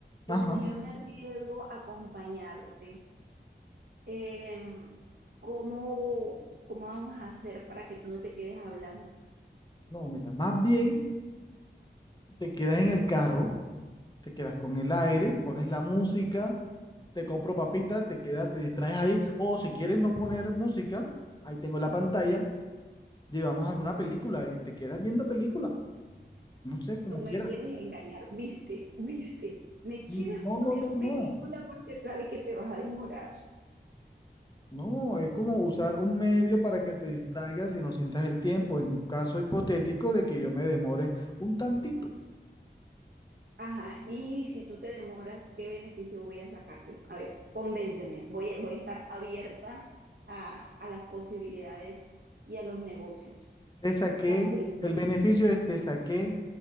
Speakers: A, on the right; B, on the left.
A: Entonces,
B: Ajá.
A: si yo me arriesgo a acompañarte, em, ¿cómo, cómo vamos a hacer para que tú no te quedes hablando?
B: No, mira, más bien te quedas en el carro te quedas con el aire, pones la música, te compro papitas, te quedas, te distraes ahí, o si quieres no poner música, ahí tengo la pantalla, llevamos alguna película y te quedas viendo película, no sé, como
A: Tú me
B: quieras.
A: quieres engañar, viste, viste, me quieres
B: No,
A: poner
B: no, no, no.
A: película porque sabes que te vas a demorar.
B: No, es como usar un medio para que te distraigas y no sientas el tiempo, en caso hipotético de que yo me demore un tantito.
A: Ajá, y si tú te demoras, ¿qué beneficio voy a sacar yo? A ver, convénceme, voy a, voy a estar abierta a, a las posibilidades y a los negocios.
B: Te saqué,
A: Convénceme.
B: el beneficio es te saqué